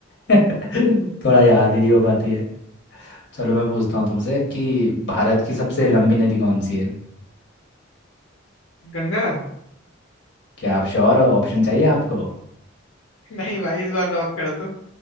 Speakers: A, on the left (about 60°); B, on the left (about 90°).
A: <laughs> थोड़ा याद ही नहीं हो पाती है चलो मैं पूछता हूँ तुमसे कि भारत की सबसे लंबी नदी कौन सी है
B: गंगा
A: क्या आप श्योर हो ऑप्शन चाहिए आपको
B: नहीं भाई इस बार लॉक कर दो